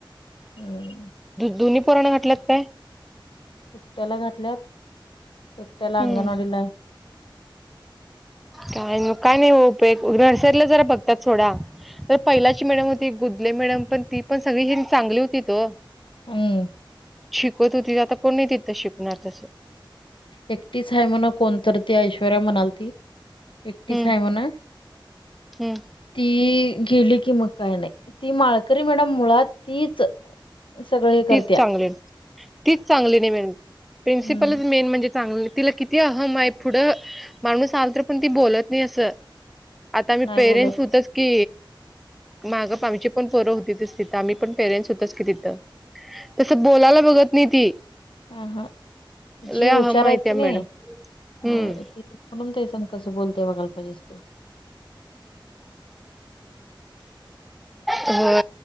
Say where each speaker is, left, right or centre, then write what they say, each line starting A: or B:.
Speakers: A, on the left (about 75°); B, in the centre.
A: हम्म
B: दोन्ही पुरण घटल्यात काय
A: एकट्याला घातल्यात एकट्याला
B: हम्म
A: अंगणवाडीला आहे.
B: काय काय नाही होपय नर्सरीला जरा बघतात थोडा तर पहिलाची मॅडम होती गुदले मॅडम पण ती पण सगळी ह चांगली होती त
A: हम
B: शिकत होती आता कोण नाही तिथं शिकणार तसं
A: एकटीच आहे म्हणा कोणत ती ऐश्वर्या म्हणाल त एकटीच
B: हम्म
A: आहे म्हणा
B: हम्म
A: ती गेली की मग काही नाही ती माळकरी मॅडम मुळात तीच सगळं हे करत्या
B: तीच चांगली तीच चांगली नाही मि प्रिनसिपलच
A: हम्म
B: मेन म्हणजे चांगलं तिला किती ती अहम आहे पुढं माणूस आल तर पण ती बोलत नाही असं आता आम्ही
A: नाही
B: पेरेंटस
A: बोलत
B: होतच की माग आमची पण परं होती ति आम्ही पण पेरेंट्स होतच की तिथं तसं बोलायला बघत नाही ती
A: ह हा जी
B: लय
A: हुशार
B: अहम आहे
A: आहेत
B: त्या
A: की नाही
B: मॅडम हम्म
A: ह त म्हणून तेस कस बोलते बघाला पाहिजे असतजज
B: हो